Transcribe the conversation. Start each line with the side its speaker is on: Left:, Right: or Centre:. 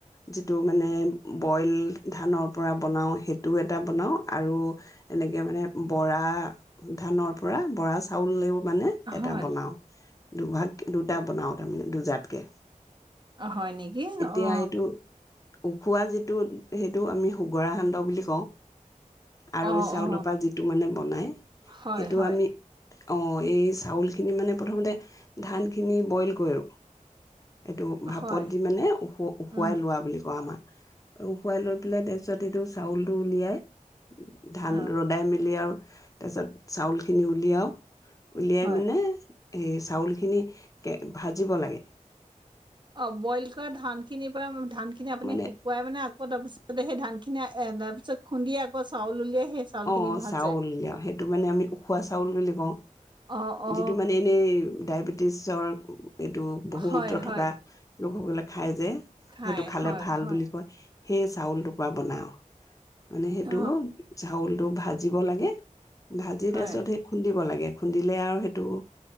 Left: যিটো মানে বইল ধানৰ পৰা বনাওঁ সেইটোও এটা বনাওঁ- আৰু এনেকে মানে- বৰা ধানৰ পৰা বৰা চাউলেও- মানে
Right: অহ
Left: এটা
Right: হয়
Left: বনাও। দুভাগ- দুটা বনাওঁ তাৰমানে। দুজাতকে।
Right: আহ হয় নেকি?
Left: এতিয়া
Right: অ
Left: এইটো উখোৱা যিটো সেইটো আমি সুগৰা সান্দহ বুলি কওঁ। আৰুৈ
Right: অ
Left: চাউলৰ
Right: অ
Left: পৰা যিটো মানে বনাই
Right: হয়
Left: সেইটো
Right: হয়
Left: আমি- অ এই চাউল খিনি মানে প্ৰথমতে- ধানখিনি বইল কৰোঁ। এইটো ভাপত
Right: হয়
Left: দি মানে উ- উখুৱাই
Right: উম
Left: লোৱা বুলি কয় আমাৰ। উখুৱাই লৈ পেলাই তাৰ পিছত এইটো চাউলটো উলিয়াই- ধান
Right: অ
Left: ৰ'দাই মেলি আৰু তাৰ পিছত চাউলখিনি উলিয়াও উলিয়াই
Right: হয়
Left: মানে এই চাউল খিনিকে ভাজিব লাগে।
Right: অ', ব'ইল কৰা ধানখিনিৰ পৰা ধানখিনি আপুনি
Left: মানে
Right: শুকুৱাই মানে, আকৌ তাৰ পিছতে সেই ধান <unintelligible> এ তাৰ পিছত খুন্দি আকৌ চাউল উলিয়াই সেই চাউল
Left: অ'
Right: খিনি ভাজে
Left: চাউল দিয়া, সেইটো মানে আমি উখোৱা চাউল বুলি কওঁ।
Right: অ অ
Left: যিটো মানে এনেই ডায়বে ছৰ এইটো বহুমূত্ৰ
Right: হয় হয়
Left: থকা লোকসকলে খাই যে।
Right: খাই
Left: সেইটো খালে
Right: হয়
Left: ভাল
Right: হয়
Left: বুলি কয়। সেই চাউলটোৰ পৰা বনাও। মানে সেইটো
Right: অ
Left: এইটো ভাজিব লাগে। ভাজি,
Right: হয়
Left: তাৰ পিছত সেই খুন্দিব লাগে। খুন্দিলে আৰু সেইটোও